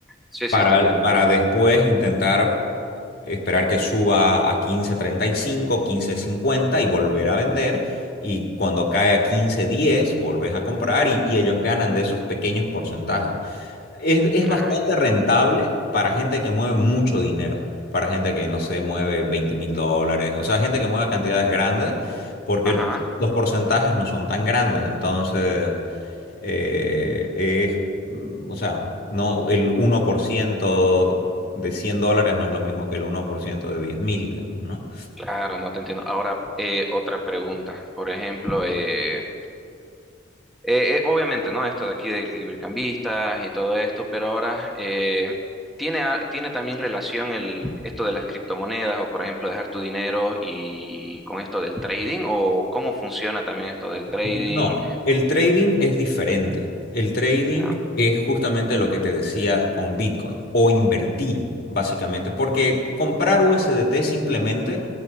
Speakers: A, in the centre; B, on the left (about 55°).
A: Sí,
B: para,
A: sí, te entiendo.
B: para después intentar esperar que suba a quince treinta y cinco quince cincuenta y volver a vender. Y cuando cae a quince diez volvés a comprar y, y ellos ganan de esos pequeños porcentajes. Es, es
A: Ah,
B: bastante
A: ya,
B: rentable
A: ya.
B: para gente que mueve mucho dinero, para gente que, no sé, mueve veinte mil dólares, o sea, gente que mueve cantidades grandes, porque
A: Ajá,
B: el- los porcentajes no son tan grandes. Entonces eh, es, mm, o sea, no, el uno por ciento de 100 dólares no es lo mismo que el uno por ciento de diez mil, digamos, ¿no?
A: claro, no te entiendo. Ahora, eh, otra pregunta. Por ejemplo, eh, Eh, eh, obviamente, ¿no? Esto de aquí de librecambistas y todo esto, pero ahora eh, tiene, a- tiene también relación el, esto de las criptomonedas o, por ejemplo, dejar tu dinero y con esto del trading o cómo funciona también esto del trading.
B: No, el trading es diferente. El trading
A: Ya.
B: es justamente lo que te decía con Bitcoin o invertir, básicamente, porque comprar USDT simplemente